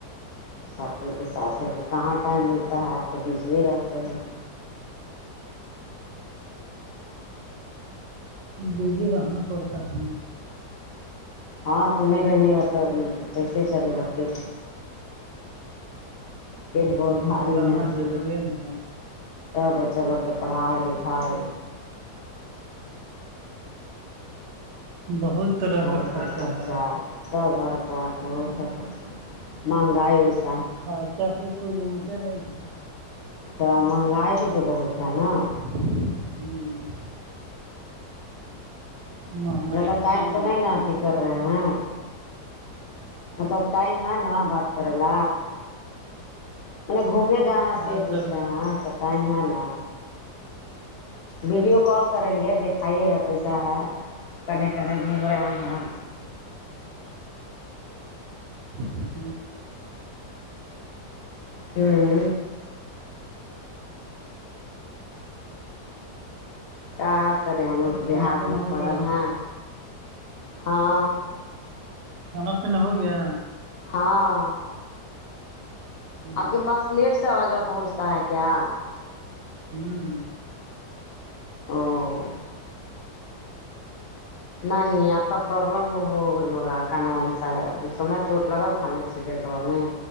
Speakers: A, on the left; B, on the right.
A: سب کوئی کے ساتھ ہے کہاں ٹائم ملتا ہے آپ تو بزی رہتے ہیں
B: بزی رہنا پڑتا ہے
A: ہاں تو نہیں رہیے گاب کیسے چلے گا پیٹ پیٹ بہت
B: بیزی
A: بھاری
B: بھی رہنا
A: نہیں
B: ضروری ہے نا
A: بچا لوگ کے پڑھائی لکھائی
B: بہت طرح
A: گھر کا خرچہ
B: ہے
A: سب گھر کا بہت مہنگائیس
B: خرچہ کی کوئی لمٹ نہیں ہے
A: تو مہنگائی بھی تو بہت ہے نا
B: ہوں مہنگائی
A: زیادہ
B: تو
A: ٹائم
B: جان مرد
A: نہیں نا
B: ہے
A: اھی کر رہے ہیں مطلب ٹائم ہ نہ بات کرر ل م گھومنے گئے ہے اسے
B: ہر
A: پوچھ
B: طرح
A: رہے ہیں ٹائم ہے نا ویڈیو کال کریں گے دیکھایے گا کیسا ہے کنے کنے گھوم رہے ہیں
B: جی
A: ہوں کیا کرے ہم لوگ
B: کھانا
A: بیہار
B: پینا
A: میں
B: ہو
A: پڑل
B: گیا
A: ہیں ہاں
B: کھانا پینینا ہو گیا
A: ہاں
B: ہاں
A: آپ کے پاس لیٹ سے آوازہاں پہنچتا ہے کیا
B: ہم
A: او نہیں آپ کا پرابلم ہوگا کنوا میں ساید سر میں چوٹ لگل تھا نا ایکسیڈنٹ ہوا میں